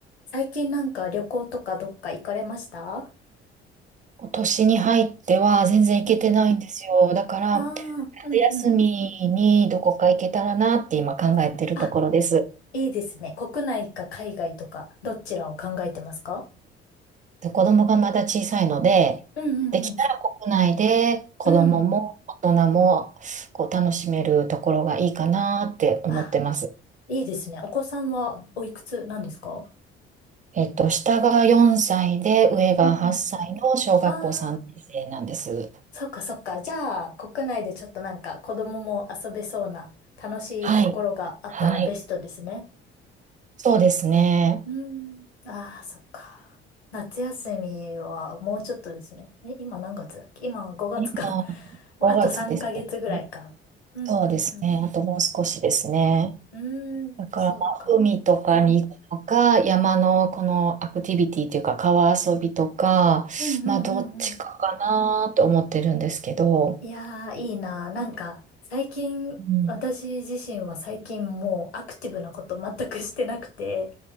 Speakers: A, on the left (about 80°); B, on the right (about 25°).
A: 最近なんか旅行とかどっか行かれました
B: 今年に入っては全然行けてないんですよ。
A: うんうん。
B: だから、
A: ああ、うんうん。
B: 夏休みにどこか行けたらなって今考えてるところです。
A: あ、いいですね。国内か海外とか、どちらを考えてますか
B: で子供がまだ小さいので、
A: うんうん
B: できたら国内で子供も大人もこう楽しめるところがいいかなって思ってます。
A: うん。うん。あ、いいですね。お子さんはおいくつなんですか
B: えっと、下が4歳で上が8歳の小学校3年生なんです。
A: うんうん。ああ、そっかそっか。じゃあ、国内でちょっとなんか子供も遊べそうな楽しいところがあったらベストですね。
B: はい。はい。そうですね。
A: うん。ああ、そっか。夏休みはもうちょっとですね。え、今何月だっけ今5月か。
B: 今
A: <laughs> もうあと3ヶ月ぐらいか。
B: 5月ですよね
A: うんうん
B: そうですね。あともう少しですね。
A: うん。うーん、
B: だから、
A: そうか。
B: まあ海とかに行くのか、山のこのアクティビティというか、川遊びとか、
A: うんうんうんうん。
B: まあ、どっちかかなと思ってるんですけど、
A: いやー、いいな。なんか、最近、
B: うん、
A: 私自身は最近もうアクティブなこと全くしてなくて、